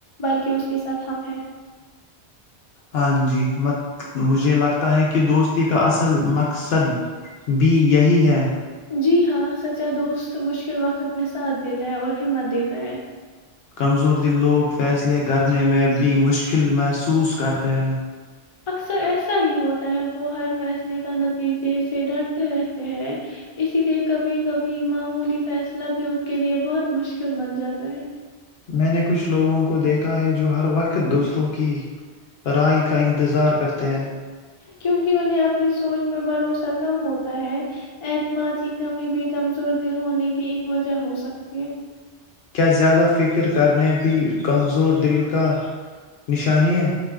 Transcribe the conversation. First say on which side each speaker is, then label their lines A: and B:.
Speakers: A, on the left (about 35°); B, on the left (about 70°).
A: بلکہ اس کے ساتھ ہم ہیں
B: ہاں جی مت مجھے لگتا ہے کہ کہ دوستی کا اصل مک مقصد بھی یہی ہے
A: جی ہاں سچا دوست مشکل وقت میں ساتھ دیتا ہے اور ہمت دیتا ہے
B: کمزور د لوگ فیصلے کرنے میں بھی مشکل محسوس کرتے ہیں
A: اکثر ایس ا ہی ہوتا ہے وہ ہر فیصلے کا نتیجے ڈرتے رہتے ہیں اسی لیے کبھی کبھی معمولی فیصلہ بھی ان کے لیے بہت مشکل بن جاتا ہے
B: میں نے کچھ لوگوں کو دیکھا ہے جو ہر وقت دوسروں کی رائے کا انتظار کرتے ہیں
A: کیونکہ انہیں اپنی سوچ پر بھروسہ کم ہوتا ہے اعتماد کی کمی بھی کمزور دل ہونے کی وجہ ہو سکتی ہے
B: کیا زیادہ فکر کرنے بھی کمزور دل کی نشانی ہے؟